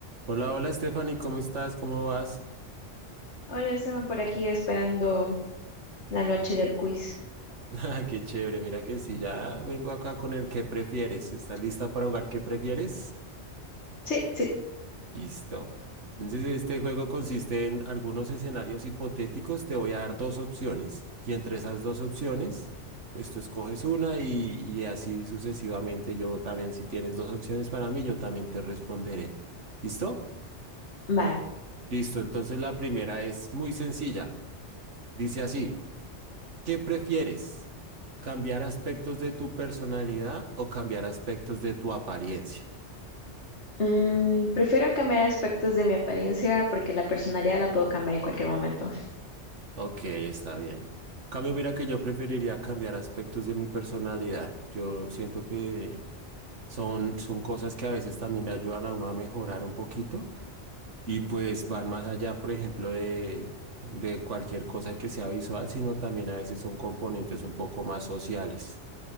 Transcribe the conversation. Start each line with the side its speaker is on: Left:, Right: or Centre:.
Right: Hola, hola Stephanie, ¿cómo estás? ¿Cómo vas?
Left: Hola, estaban por aquí esperando la noche del quiz.
Right: <laughs> Qué chévere, mira que sí ya vengo acá con el ¿qué prefieres? ¿Estás lista para jugar qué prefieres?
Left: Sí, sí,
Right: Listo. Entonces, este juego consiste en algunos escenarios hipotéticos. Te voy a dar dos opciones y entre esas dos opciones, pues tú escoges una y, y así sucesivamente. Yo también, si tienes dos opciones para mí, yo también te responderé. ¿Listo?
Left: Vale.
Right: Listo. Entonces, la primera es muy sencilla. Dice así. ¿Qué prefieres? ¿Cambiar aspectos de tu personalidad o cambiar aspectos de tu apariencia?
Left: Mm, prefiero cambiar aspectos de mi apariencia porque la personalidad la puedo cambiar en cualquier momento.
Right: Ok, está bien. Cambio, mira que yo preferiría cambiar aspectos de mi personalidad. Yo siento que son, son cosas que a veces también le ayudan a uno a mejorar un poquito y pues van más allá, por ejemplo, de, de cualquier cosa que sea visual, sino también a veces son componentes un poco más sociales.